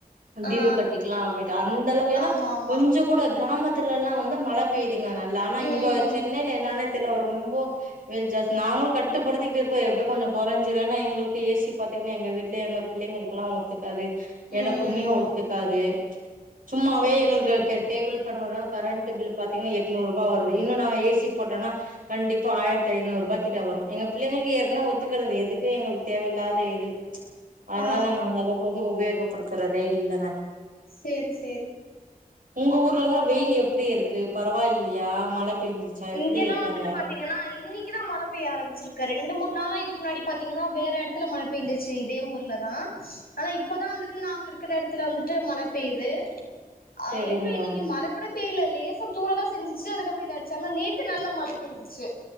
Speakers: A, on the right; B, on the left.
A: டியுவ்
B: ஆ
A: கட்டிக்கலா அப்டின்ட்டு அந்த அளவுக்கு ஏனா
B: ஆமா ஆமா
A: கொஞ்சோ கூட கிராமத்துல எல்லா வந்து மழ பெய்து நல்லா ஆனா
B: ம்
A: இங்க சென்னைல என்னானே தெரில ரொம்ப வெயி ஜாஸ்த் நாங்களு கட்டுப்படுத் திகிட்டு இருக்கு எப்டி கொஞ்சோ குறஞ்சிரு எங்களுக்கு ஏ சி பாத்துன்ன எங்க வீட்டுல எங்க பிள்ளங்களுக்குலா ஒத்து க்காது எனக்குமே
B: ம்
A: ஒத்துக்காது சும்மாவே
B: சேரி
A: எங்குளுக்கு
B: சேரி
A: டேபிள் ஃபன் ஒட்ராதா கரண்ட் பில் பாத்தீங்கனா எட்நூறு ரூபா வருது இன்னு நாங்க ஏ சி போட்டனா கண்டிப்பா ஆயிரத்தி ஐநூ ரூபா கிட்ட வரு எங்க பிள்ளகளுக்கு ஏற்கனவே ஒத்துக்குறது எதுக்கு எங்களுக்கு தேவயில் இல்லாத இது அதனால
B: ஆ
A: நாங்க அந்த அளவுக்கு வந்து உபயோகப்படுத்துறதே இல்லங்க
B: செரி செரி
A: உங்க ஊர்லலா வெயில் எப்டி இருக்கு பரவாயில்லையா மழ பெஞ்சுச்சா எப்டி
B: இங்கெல்லா
A: இருக்காங்க
B: வந்துட்டு பாத்தீங்கனா இன்னக் இன்னக்கி தா மழ பெய்ய ஆரமிச்சிருக்கு ரெண்டு மூண் நாள இதுக்கு முன்னாடி பாத்தீங்கனா வேற இடத்துல மழபேஞ்ச்சு இதே ஊர்ல தா ஆனா இப்பதா வந்துட்டு நாங்க இருக்குற இடத்துல வந்துட்டு மழ பெய்து ஆ
A: செரிங்க
B: எங்க இன்னக்கி மழ கூட பெய்ல லேசா தூரதா செஞ்சுச்சு அதுக்கப்போ இத சன்னா நேத்து நல்லா மழ பெயஞ்சுச்சு